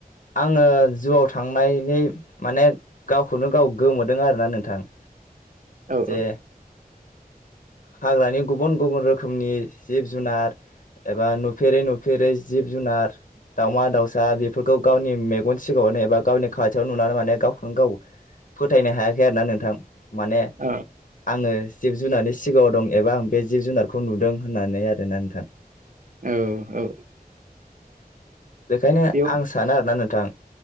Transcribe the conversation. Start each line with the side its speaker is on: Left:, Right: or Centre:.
Left: आंङो जुआव, थांनायहै माने गावखौनो गाव गोमोदों आरोना नोंथां।
Right: औ
Left: जे
Right: औ
Left: हाग्रानि गुबुन गुबुन रोखोमनि जिब जुनार, एबा नुफेरै नुफेरै जिब जुनार, दाउमा दाउसा बेफोरखौ गावनि मेगन सिगांङावनो एबा गावनि खाथियाव नुनानै माने गावखौनो गाव, फोथायनो हायाखै आरो ना नोंथां माने
Right: औ
Left: आंङो जिब जुनारनि, सिगाङाव दं एबा आं बे जिब जुनारखौ नुदों होननानै आरोना नोंथां, <inaudible>
Right: औ औ
Left: बेखायनो
Right: बेयाव
Left: आं सानो आरोना नोंथां,